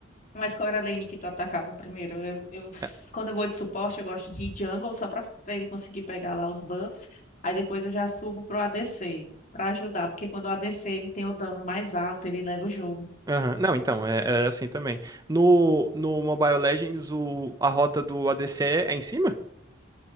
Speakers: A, on the left; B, on the right.
A: Mas qual era a lane que tu atacava primeiro? Eu, eu-
B: É,
A: quando eu vou de suporte, eu gosto de ir Jungle só pra pra ele conseguir pegar lá os buffs. Aí depois eu já subo pro ADC pra ajudar, porque quando o ADC ele tem o dano mais alto, ele leva o jogo.
B: aham. Não, então, é, era assim também. No, no Mobile Legends, o, a rota do ADC é é em cima?